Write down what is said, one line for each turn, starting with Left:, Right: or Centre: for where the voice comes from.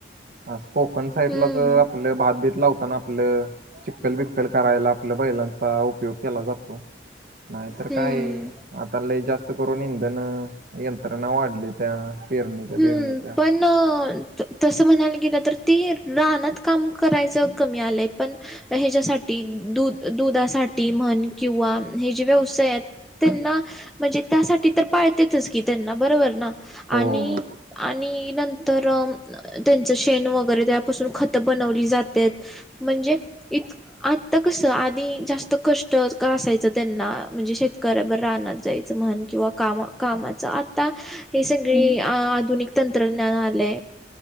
Right: अस कोकण साईडलाच
Centre: हम्म
Right: आपलं भातभेतला होता ना आपलं. चिक्कल-बिककल करायला आपल्या बैलांचा उपयोग केला जातो. नाहीतर
Centre: हम्म
Right: काय आता लय जास्त करून इंधन यंत्रणा वाढलेत. त्या पेरणीच्या,
Centre: हम्म
Right: पेरणीच्या.
Centre: पण तसं म्हणायला गेलं तर ते राहनात काम करायचं कमी आलंय पण मग ह्याच्यासाठी दुध-दुधासाठी म्हण किंवा हे जे व्यवसाय आहेत. त्यांना म्हणजे त्यासाठी तर पाळतेतच की त्यांना बरोबर ना
Right: हो
Centre: आणि
Right: हो.
Centre: आणि नंतर अ त्यांचं शेण वगैरे त्यापासून खत बनवली जाते. म्हणजे इत आता कस आधी जास्त कष्ट <unintelligible> असायचं त्यांना. म्हणजे शेतकऱ्याबर रानात जायचं म्हण. किंवा कामा- कामाच. आता, हे सगळी आधुनिक तंत्रज्ञान आलंय.